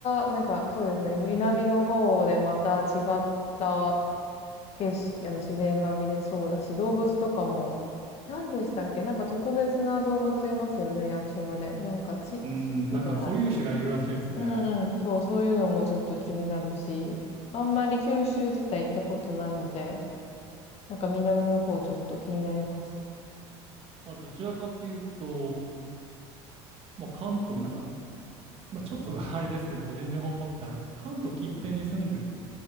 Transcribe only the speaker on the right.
<laughs>
うーん、
なんか固有種がいるらしいですね。
まあ、どちらかっていうと、まあ、関東、なんか、まあ、ちょっと <laughs> あれですけど、個人情報っぽくてあれですけど、関東近辺に住んでるっ